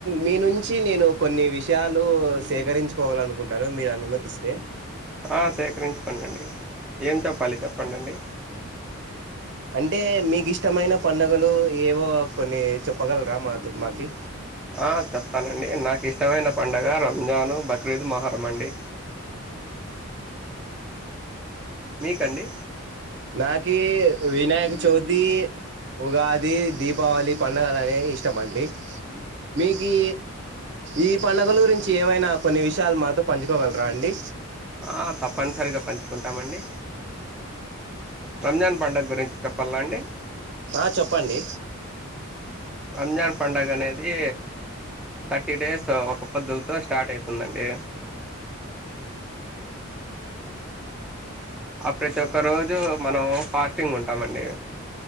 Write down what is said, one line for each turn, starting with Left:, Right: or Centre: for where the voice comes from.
Right: మీ నుంచి నేను కొన్ని విషయాలు సేకరించుకోవాలనుకుంటాను మీరు అనుమతిస్తే
Centre: ఆ సేకరించుకోంండి ఏం చెప్పాలి చెప్పండండి
Right: అంటే మీకు ఇష్టమైన పడుగలు ఏవో కొన్ని చెప్పగలరా మా మాకి
Centre: ఆ చెప్తానండి నాకు ఇష్టమైన పండుగ రంజాను బక్రీద్ మొహరం అండి మీకండి
Right: నాకి వినాయక చౌరి ది ఉగాది దీపావళి పంండగలు అనేవి ఇష్టమండి మీకు ఈ పండుగల గురించి ఏవైనా కొన్ని విషయాలు మాతో పంచుకోగలరా అండి
Centre: ఆ తప్పనుసరిగా పంచుకుంట రామండి రంజాన్ పండుగ గురించి చెప్పల్నండి
Right: ఆ చెప్పండి
Centre: రంజాన్ పండగ అనేది థర్టీ డేస్ ఒక పొద్దులతో స్టార్ట్ అవుతుందండి ఆ ప్రతి ఒక్క రోజు మనం ఫాస్టింగ్ ఉంటామండి